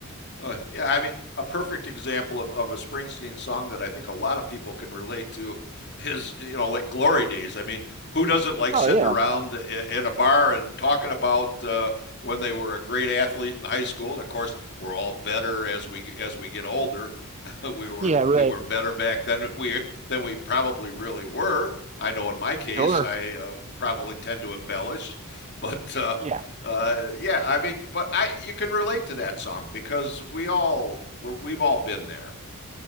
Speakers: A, on the left; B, on the right.
A: Uh, yeah, I mean, a perfect example of, of a Springsteen song that I think a lot of people can relate to is, you know, like Glory Days. I mean, who doesn't like
B: Oh,
A: sitting
B: yeah.
A: around i- in a bar and talking about uh, when they were a great athlete in high school? And of course, we're all better as we as we get older. <laughs> We were
B: Yeah, right.
A: we were better back then than we than we probably really were. I know in my case,
B: Sure.
A: I uh, probably tend to embellish, but uh,
B: Yeah,
A: uh, yeah, I mean, but I you can relate to that song because we all we're, we've all been there.